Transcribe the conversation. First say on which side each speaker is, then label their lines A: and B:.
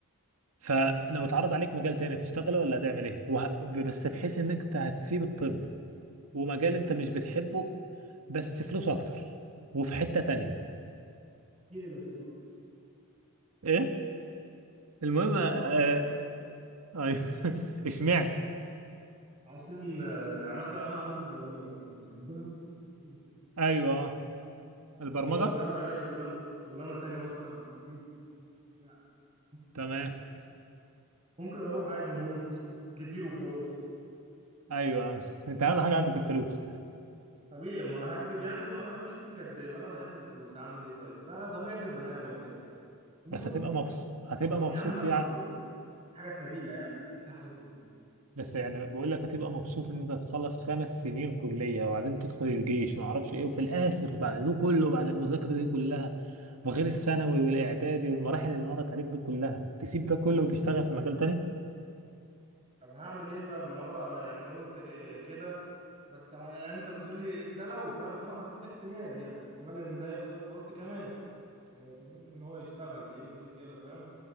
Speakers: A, on the right; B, on the right.
A: فلو اتعرض عليك مجال تاني هتشتغله ولا هتعمل ايه وه... بس بحيث انك إنت هتسيب الطب ومجال انت مش بتحبه بس فلوسه اكتر وفي حتة تانية
B: اكيد اللي فلوسه اكتر المهم
A: ايه
B: يعني
A: المهم
B: فلوسه
A: آه...
B: اكتر يعني
A: آه... <laughs> اشمعنى
B: عشان آه، يعني مثلا انا عندي البرمجه مثلا بحبها وفلوسها كتير ممكن
A: ايوه
B: اروح
A: آه.
B: لها
A: البرمجه
B: إيه لو اتعرض عليا شغلانه شغلانه تانية مثلا ابقى مدير في حته بتاع بس
A: تمام
B: الحته دي ممكن اروح عادي المهم فلوس كتير وخلاص
A: ايوه آه. انت اهم حاجه عندك الفلوس
B: طبيعي ما هكدب يعني ما بحبش اكون كداب انا بحب الفلوس هعمل ايه طيب فطبيعه البني ادم كده المهم
A: بس هتبقى
B: يعني
A: مبسوط هتبقى
B: آه،
A: مبسوط
B: يا عم لا
A: يعني
B: برضو في في حاجات نبيله يعني اكيد في حاجات نبيله
A: بس يعني بقول لك هتبقى مبسوط ان انت تخلص خمس سنين كليه وبعدين تدخل الجيش ما اعرفش ايه وفي الاخر بعد ده كله بعد المذاكره دي كلها وغير الثانوي والاعدادي والمراحل اللي مرت عليك دي كلها تسيب ده كله وتشتغل في مجال تاني
B: طب هعمل ايه طيب ما هو يعني قلت كده بس ه- يعني انت بتقولي ده لو فاهم فانا حطيت احتمال يعني احتمال ان ده يحصل فقلت كمان يعني تمام ان هو يشتغل ايه المشكلة فاهم